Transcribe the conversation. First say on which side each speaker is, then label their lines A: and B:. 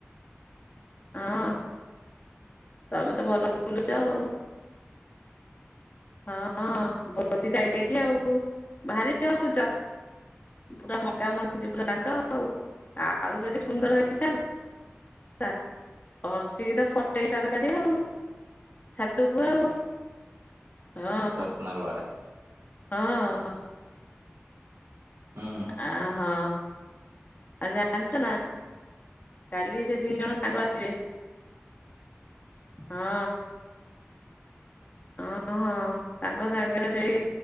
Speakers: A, on the left; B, on the right.
A: ହଁ। ତମେ ତ ଭଲ ବୁଲୁଛ ଆଉ। ହଁ ବହୁଧି ଖାଇଦେକି ଆଉ। ଭାରି ହସୁଛ। ପୁରା ମକା ମଞ୍ଜି ପୂରା ଦାନ୍ତ ଆଉ ଆଉ ଯଦି ସୁନ୍ଦର ହେଇ <unintelligible> ହସିକି ତ ଫଟେଇ ଥାଆନ୍ତ ଖାଲି ଆଉ ଛାତୁକୁ ଆଉ। ହଁ
B: ପର୍ସନାଲ୍ଳ ଆଡ଼େ।
A: ହଁ।
B: ହୁଁ।
A: ଅହୋ ଆଉ ଜାଣିଛ ନା କାଲି ସେ ଦି ଜଣ ସାଙ୍ଗ ଆସିବେ ହଁ। ଓ ହଁ ତାଙ୍କ ସାଙ୍ଗରେ ସେଇ